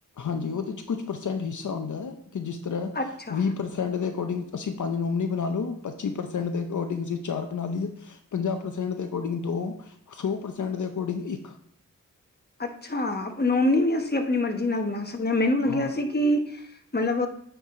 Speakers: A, on the left; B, on the left.
A: ਹਾਂਜੀ ਉਹਦੇ ਚ ਕੁਛ ਪਰਸੈਂਟ ਹਿੱਸਾ ਹੁੰਦਾ ਹੈ ਕਿ ਜਿਸ ਤਰ੍ਹਾਂ
B: ਹਾਂ ਅੱਛਾ
A: ਵੀਹ ਪਰਸੈਂਟ ਪ੍ਰਸੈਂਟ ਦੇ ਅਕੋਰਡਿੰਗ ਅਸੀਂ ਪੰਜ ਨੋਮਨੀ ਬਣਾ ਲੋ। ਪੱਚੀ ਪ੍ਰਸੈਂਟ ਦੇ ਅਕੋਰਡਿੰਗ ਅਸੀਂ ਚਾਰ ਬਣਾ ਲਈਏ ਪੰਜਾਂ ਪ੍ਰਸੈਂਟ ਦੇ ਅਕੋਰਡਿੰਗ ਦੋ, ਸੌ ਪ੍ਰਸੈਂਟ ਦੇ ਅਕੋਰਡਿੰਗ ਇੱਕ
B: ਅੱਛਾ ਆਪ ਨੋਮਨੀ ਵੀ ਅਸੀ ਆਪਣੀ ਮਰਜ਼ੀ ਨਾਲ ਬਣਾ ਸਕਦੇ ਹਾਂ। ਮੈਨੂੰ ਲੱਗਿਆ
A: ਹਾਂ।
B: ਸੀ ਕਿ ਮਤਲਬ